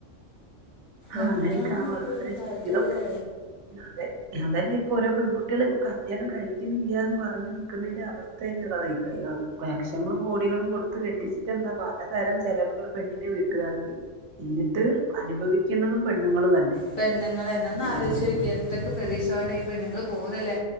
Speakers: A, on the right; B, on the left.
A: ആ
B: എന്താണ്
A: അങ്ങനെയൊക്കെയാണ്
B: ഇവിടെടെ
A: ഓരോരുത്തരുടെ
B: കദ
A: ജീവിതം
B: ല്ലേ
A: അതെ അതല്ലേ ഇപ്പൊ ഓരോ പെൺകുട്ടികൾ ഇപ്പൊ കല്യാണം കഴിക്കുന്നില്ലന്ന് പറഞ്ഞു നിക്കുന്നതിന്റെ അവസ്ഥ തന്നെ ഈ ലക്ഷങ്ങളും കോടികളും കൊടുത്ത കെട്ടിച്ചിട്ട എന്താ പലതരം ചെലവുകള് പെണ്ണിന്റെ വീട്ട്കാർക്ക് എന്നിട്ട് അനുഭവിക്കുന്നതും പെണ്ണുങ്ങള് തന്നെ
B: പെണ്ണങ്ങള് തന്നെ ഒന്ന് ആലോച്ച് നോക്കിയേ എന്തൊക്‌ പ്രതീക്ഷവേണ്ട ഈ പെണ്ണുങ്ങള് പോകുന്നില്ലേ